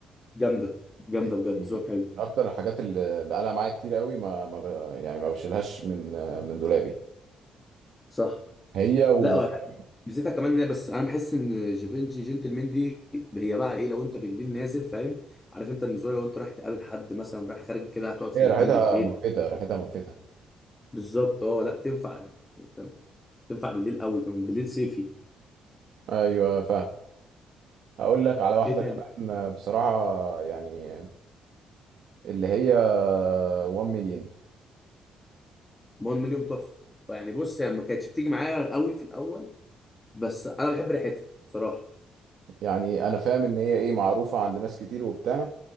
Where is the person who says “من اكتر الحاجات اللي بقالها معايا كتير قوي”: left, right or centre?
Right